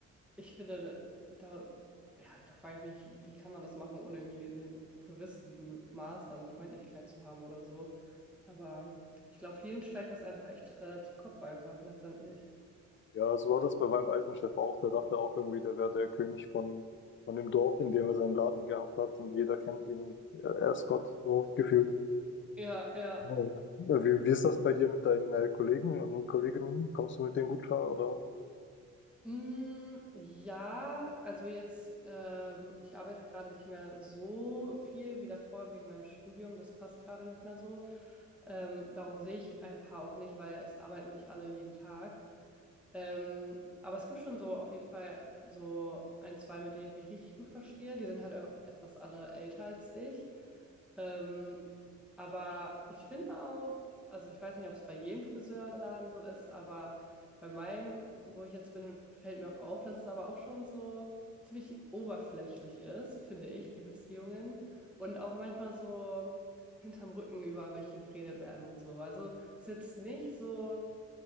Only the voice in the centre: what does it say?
ich finde, da, ja, da frage ich mich, wie kann man das machen, ohne irgendwie einen gewissen Maß an Freundlichkeit zu haben oder so. Aber ich glaube, vielen steigt das einfach echt äh, zu Kopf einfach letztendlich.
Ja, ja.
Mm, ja, also jetzt, ähm, ich arbeite gerade nicht mehr so viel wie davor wegen meinem Studium. Das passt gerade nicht mehr so. Ähm, darum sehe ich ein paar auch nicht, weil es arbeiten nicht alle jeden Tag. Ähm, aber es gibt schon so auf jeden Fall so ein, zwei, mit denen ich mich richtig gut verstehe. Die sind halt auch etwas alle älter als ich. Ähm, aber ich finde auch, also ich weiß nicht, ob es bei jedem Friseurladen so ist, aber Bei meinem, wo ich jetzt bin, fällt mir auch auf, dass es aber auch schon so ziemlich oberflächlich ist, finde ich, die Beziehungen. Und auch manchmal so hinterm Rücken über welche geredet werden und so. Also es ist jetzt nicht so